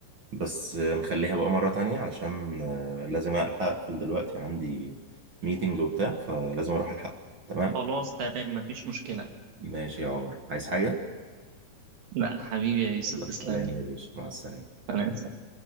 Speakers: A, on the right (about 45°); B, on the right (about 70°).
A: بس آه، نخليها بقى مرة تانية عشان آه، لازم ألحق أقفل دلوقتي عندي ميتنج وبتاع فلازم أروح ألحق تمام
B: خلاص تمام مفيش مشكلة
A: ماشي يا عمر عايز حاجة؟
B: لا حبيبي يا يوسف
A: يلا
B: تسلم
A: سلام
B: لي
A: يا باشا مع السلامة
B: سلام